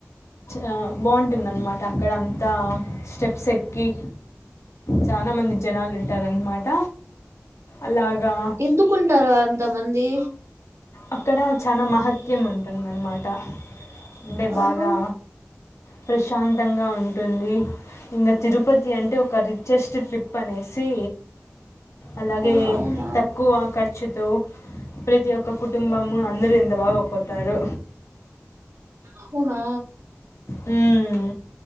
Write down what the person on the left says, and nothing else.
ఆ బాగుంటుందన్నమాట అక్కడ అంతా స్టెప్స్ ఎక్కి చాలా మంది జనాలు ఉంటారనమాట అలాగా
అక్కడ చాలా మహత్యం ఉంటుందన్నమాట. అంటే బాగా
ప్రశాంతంగా ఉంటుంది. ఇంగా తిరుపతి అంటే ఒక రిచెస్ట్ ట్రిప్ అనేసి అలాగే
తక్కువ ఖర్చుతో ప్రతి ఒక్క కుటుంబము అందరు ఎంత బాగా పోతారు.
హ్మ్